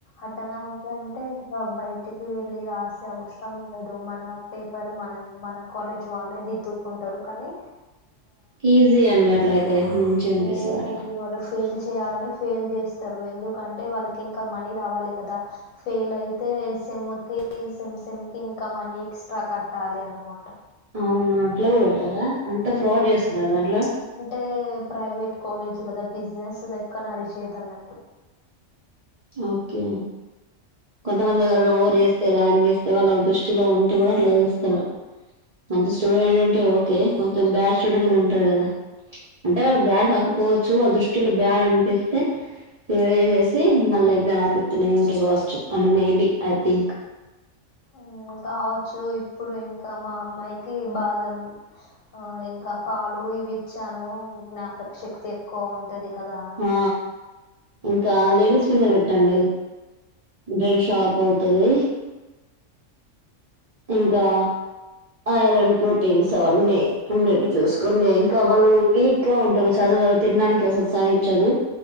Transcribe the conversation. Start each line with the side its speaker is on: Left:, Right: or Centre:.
Left: అటానమస్ అంటే ఇంకా బై టికి వెళ్ళి రాస్ అవసరం ఉండదు మన పేపర్ మనం మన కాలేజ్ వాళ్ళే దిద్దుకుంటారు కాని
Right: ఈజీ అండి అట్ల అయితే మంచిగనిపిస్తది
Left: లేదండి
Right: అట్లా
Left: వాళ్ళు ఫెయిల్ చేయాలని ఫెయిల్ చేస్తారు, ఎందుకంటే వాళ్ళకి ఇంకా మనీ రావాలి కదా, ఫెయిల్ అయితే సెమ్ కి, సెమ్ సెమ్ కి ఇంకా మనీ ఎక్స్ట్రా కట్టాలి అనమాట
Right: అవునా అట్లగే గదా అంత ఫ్రాడ్
Left: ఇప్పుడు
Right: చేస్తున్నారా దాంట్ల
Left: అంటే ప్రైవేట్ కాలేజీ కదా బిజినెస్ లెక్క నడిచేదన్నట్టు.
Right: ఓకే కొంతమంది ఎవరైనా ఓవర్ చేస్ తె ర్యాగింగ్ చేస్తే వాళ్ళ దృష్టిలో ఉంటే కూడా అట్లా చేస్తారు. మంచి స్టూడెంట్ ఉంటే ఓకే, కొంతం బ్యాడ్ స్టూడెంట్ ఉంటారు కదా. అంటే వాడు బ్యాడ్ కాకపోవచ్చు, వాళ్ళ దృష్టిలో బ్యాడ్ అనిపిస్తే ఫెయిల్ చేసేసి మళ్ళా ఎగ్జామ్ రాపిత్తనే ఉంటారు గావచ్చు. అను maybe I think
Left: um.. కావచ్చు ఇప్పుడు ఇంకా మా అమ్మాయికి బాదం, ఆహ్ ఇంకా పాలు ఇవి ఇచ్చాను. జ్ఞాపక శక్తి ఎక్కువ ఉంటది. కదా అని
Right: ఆ ఇంకా లేడీస్ ఫింగర్ పెట్టండి. బ్రెయిన్ షార్ప్ అవుతది. ఇంకా ఐరన్ ప్రోటీన్స్ అవన్నీ ఉండేట్టు చూసుకోండి. ఇంకా వాళ్ళు వీక్ గా ఉంటారు చదువరు తినడానికి అసలు సహించదు.